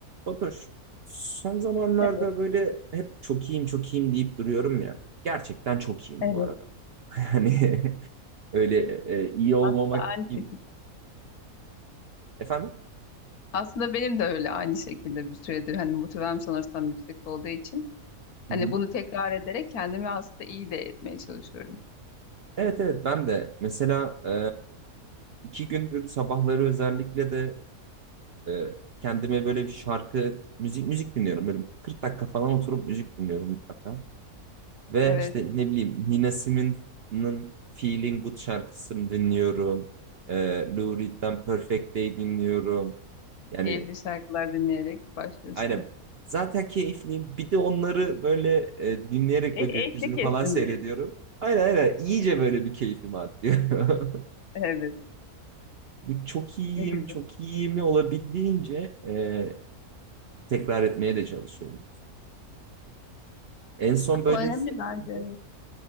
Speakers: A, on the right (about 60°); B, on the left (about 75°).
A: Fatoş, son zamanlarda
B: Evet,
A: böyle hep çok iyiyim çok iyiyim deyip duruyorum ya. Gerçekten çok iyiyim
B: evet.
A: bu arada. <laughs> Hani öyle e, iyi olmamak
B: Aslında aynı
A: gibi.
B: şekilde.
A: Efendim?
B: Aslında benim de öyle aynı şekilde bir süredir hani motivem sanırsam yüksek olduğu için
A: Hı
B: hani
A: hı.
B: bunu tekrar ederek kendimi aslında iyi de etmeye çalışıyorum.
A: Evet evet ben de mesela e, iki gündür sabahları özellikle de e, kendime böyle bir şarkı, müzik müzik dinliyorum. Böyle 40 dakika falan oturup müzik dinliyorum mutlaka. Ve
B: Evet,
A: işte ne bileyim Nina Simone'ın Feeling Good şarkısını dinliyorum. Ee, Lou Reed'den Perfect Day dinliyorum. Yani
B: keyifli şarkılar dinleyerek başlıyorsun.
A: aynen zaten keyifliyim. Bir de onları böyle e, dinleyerek
B: E,
A: ve
B: eşlik
A: gökyüzünü
B: etsin
A: falan seyrediyorum.
B: diye.
A: Aynen aynen İyice böyle bir keyfim artıyor. <laughs>
B: Evet,
A: Bu çok iyiyim,
B: ne güzel.
A: çok iyiyimi olabildiğince e, tekrar etmeye de çalışıyorum. En son böyle
B: Bu önemli
A: hissettiğimde
B: bence. evet.